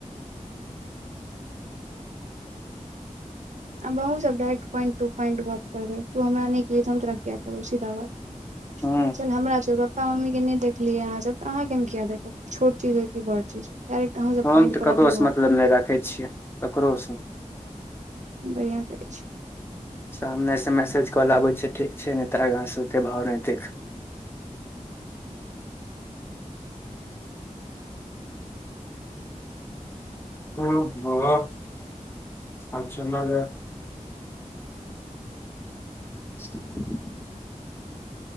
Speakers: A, on the right; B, on the left.
A: आहु सभ डायरेक्ट पॉइंटट गप करबे तू हमरा नहि केलिय त हम तरकिया करू सीधा बात
B: हूँ
A: चल हमरा जगह। पापा मम्मी के नहि देखलियै कहाँ सभ त अहाँकेँ मे किया देखब छोट चीज है कि बड़ चीज डायरेक्ट अहूँ सब
B: हम
A: पॉइंट
B: तऽ
A: पर
B: ककरोसँ
A: आबियौ
B: मतलब
A: आब
B: नहि राखै छियै ककरो
A: बढ़िया करै छै।
B: सामने से मैसेज कॉल आबैत छै ठीक छै ने तऽ आगा से ओते भाव नत ह बत अच्छा लगा <inaudible>